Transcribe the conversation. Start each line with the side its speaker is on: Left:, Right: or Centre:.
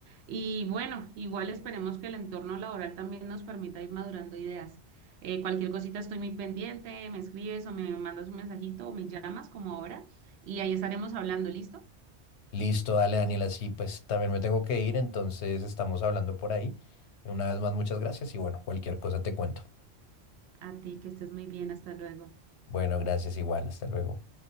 Right: y bueno, igual esperemos que el entorno laboral también nos permita ir madurando ideas. Eh, cualquier cosita estoy muy pendiente, me escribes o me mandas un mensajito o me llamas como ahora y ahí estaremos hablando, ¿listo?
Left: Listo, dale Daniel, así pues también me tengo que ir, entonces estamos hablando por ahí. Una vez más, muchas gracias y bueno, cualquier cosa te cuento.
Right: A ti, que estés muy bien. Hasta luego.
Left: Bueno, gracias igual, hasta luego.